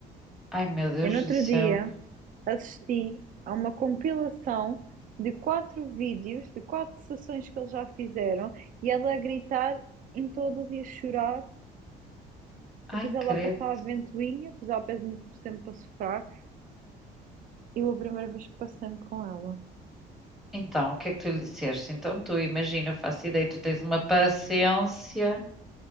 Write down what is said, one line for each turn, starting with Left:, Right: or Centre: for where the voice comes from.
Centre: Ai, meu Deus
Right: Eu, no outro
Centre: do céu.
Right: dia, assisti a uma compilação de quatro vídeos, de quatro sessões que eles já fizeram e ela a gritar em todas e a chorar.
Centre: Ai,
Right: Depois ela
Centre: credo.
Right: a passar a ventoinha, depois ela pede-me sempre para soprar. Eu, a primeira vez que passei-me com ela,
Centre: Então, o que é que tu lhe disseste? Então, tu imagina, eu faço ideia, tu tens uma paciência.